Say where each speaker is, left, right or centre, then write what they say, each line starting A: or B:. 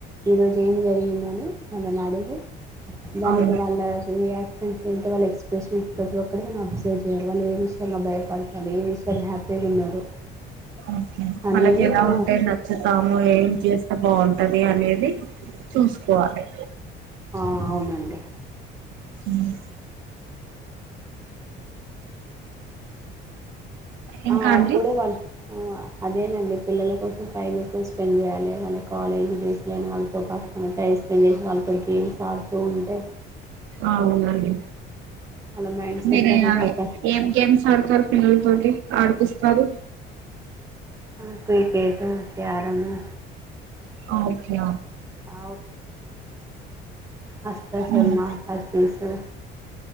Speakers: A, on the right (about 15°); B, on the right (about 75°).
A: ఈరోజు ఏం జరిగిందని వాళ్ళని అడిగి దానికి
B: అవును
A: వాళ్ళ రియాక్షన్స్ ఏంటి వాళ్ళ ఎక్స్ప్రెషన్స్ ఎక్కడికైనా అబ్జర్వ్ చెయ్యాలి వాళ్ళు ఏ విషయంలో భయపడతాలి ఏ విషయాంలో హ్యాపీగా ఉన్నారు
B: ఓకే
A: అనేది
B: వాళ్ళకి ఎలా
A: మన
B: ఉంటే నచ్చుతాము ఏం చేస్తే బాగుంటది అనేది చూసుకోవాలే
A: ఆ అవునండి
B: మ్మ్ ఇంకా
A: ఆ అప్పుడు
B: అండి
A: వాళ్ళ అదేనండి పిల్లల కోసం టైం ఎక్కువ స్పెండ్ చేయ్యాలి వాళ్ళ కాలేజీ రేస్లేనే వాళ్ళ తో పాటు మనం టైం స్పెండ్ చేసి వాళ్ళతో గేమ్స్ ఆడుతూ ఉంటే
B: అవునండి
A: వాళ్ళ మైండ్ సెట్
B: మీరు
A: అనేది అత
B: ఏం గేమ్స్ ఆడతారు పిల్లలతోటి ఆడిపిస్తారు
A: ఆ క్రికెటు క్యారము
B: ఓకే
A: ఆ అష్ట చెమ్మా
B: ఉమ్,
A: పచ్చీసు